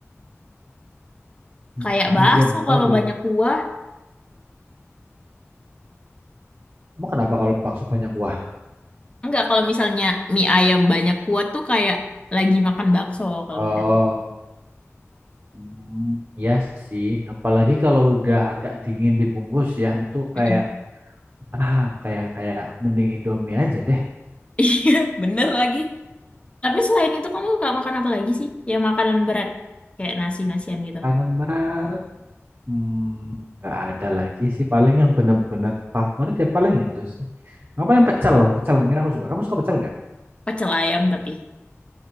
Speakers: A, on the right; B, on the left.
A: mie
B: kayak
A: ayam.
B: bakso
A: Kalau
B: kalau
A: dari
B: banyak kuah
A: kamu kenapa kalau bakso banyak kuah?
B: enggak kalau misalnya mie ayam banyak kuah tuh kayak lagi makan bakso kalau
A: Oh,
B: menurut
A: mm, ya sih. Apalagi kalau udah agak dingin dibungkus ya, itu kayak
B: aku.
A: ah kayak kayak mending Indomie aja deh.
B: Iya, bener lagi. Tapi selain itu kamu suka makan apa lagi sih? Yang makanan berat. Kayak nasi-nasian gitu.
A: Makanan berat, hmm, nggak ada lagi sih. Paling yang benar-benar favorit ya paling itu sih. nggak paling pecel, pecel mungkin aku suka. Kamu suka pecel nggak?
B: Pecel ayam tapi.